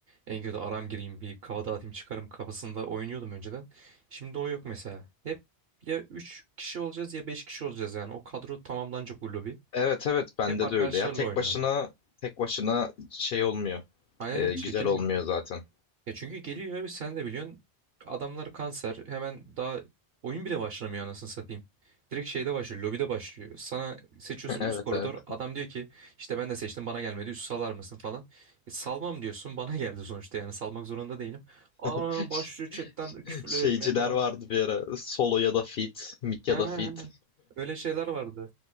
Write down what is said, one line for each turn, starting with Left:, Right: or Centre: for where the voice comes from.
Right: En kötü aram gireyim bir kafa dağıtayım çıkarım kafasında oynuyordum önceden. Şimdi o yok mesela. Hep ya 3 kişi olacağız ya 5 kişi olacağız yani. O kadro tamamlanacak bu lobi.
Left: Evet evet bende
Right: Hep arkadaşlarla
Left: de öyle ya. Tek
Right: oynuyorum.
Left: başına tek başına şey olmuyor.
Right: Aynen
Left: Ee,
Right: çekilmiyor.
Left: güzel olmuyor zaten.
Right: Ya çünkü geliyor ve sen de biliyorsun adamlar kanser hemen daha oyun bile başlamıyor anasını satayım. Direkt şeyde başlıyor lobide başlıyor. Sana seçiyorsun
Left: <laughs> Evet
Right: üst koridor
Left: evet.
Right: adam diyor ki işte ben de seçtim bana gelmedi üst salar mısın falan. E, salmam diyorsun <laughs> bana geldi sonuçta yani salmak zorunda değilim. Adam hemen
Left: <laughs>
Right: başlıyor chatten küfürler
Left: Şeyciler
Right: etmeye falan.
Left: vardı bir ara. Solo ya da fit, mid
Right: He
Left: ya
Right: he
Left: da fit.
Right: he öyle şeyler vardı.